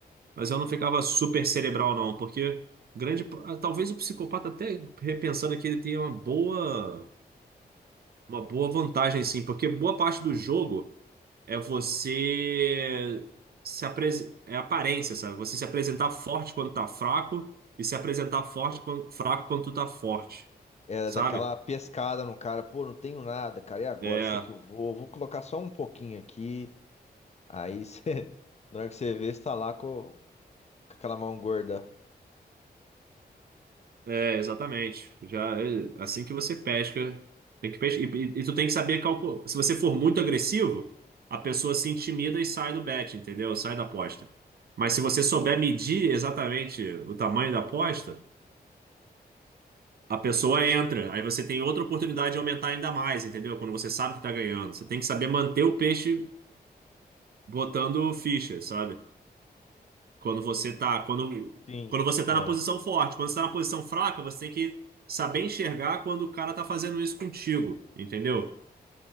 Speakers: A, on the right (about 65°); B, on the left (about 40°).
A: Mas eu não ficava super cerebral, não, porque grande, talvez o psicopata até repensando aqui ele tenha uma boa, uma boa vantagem, sim, porque boa parte do jogo é você se apres... é aparência, sabe? Você se apresentar forte quando tá fraco e se apresentar forte quando... fraco quando tu tá forte,
B: É
A: sabe?
B: daquela pescada no cara, pô, não tenho nada, cara, e agora?
A: É,
B: Será que eu vou? Vou colocar só um pouquinho aqui. Aí você, <laughs> na hora que você vê, você tá lá com, com aquela mão gorda.
A: É, exatamente. Já é, assim que você pesca, tem que pesca, e, e- e tu tem que saber calcular. Se você for muito agressivo, a pessoa se intimida e sai do bet, entendeu? Sai da aposta. Mas se você souber medir exatamente o tamanho da aposta, a pessoa entra. Aí você tem outra oportunidade de aumentar ainda mais, entendeu? Quando você sabe que tá ganhando, você tem que saber manter o peixe botando ficha, sabe? Quando você tá, quando,
B: Sim,
A: quando você tá
B: é.
A: na posição forte, quando você tá na posição fraca, você tem que saber enxergar quando o cara tá fazendo isso contigo, entendeu?